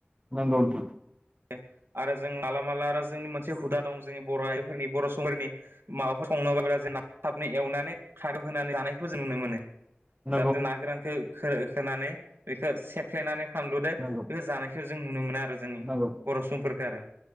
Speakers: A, on the right; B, on the right.
A: नंगौ नोंथां।
B: ए आरो जों माला माला आरो जोंनि मोनस से हुदा दं जोंनि बर' हारिफोरनि बर' समफोरनि माबाफोर संनोबोला जोंना थाबनो एवनानै खारौ होनानै जानायखौ जों नुनो मोनो।
A: नंगौ नोंथां नंगौ
B: जाहाथे ना गोरानखो हो होनानै बेखो से सेनानै फानलुदो
A: नोंथां नंगौ
B: बेखो जानायखो ज जों नुनो मोनो आर ओ जोंनि
A: नंगौ
B: बर' समफोरखो आरो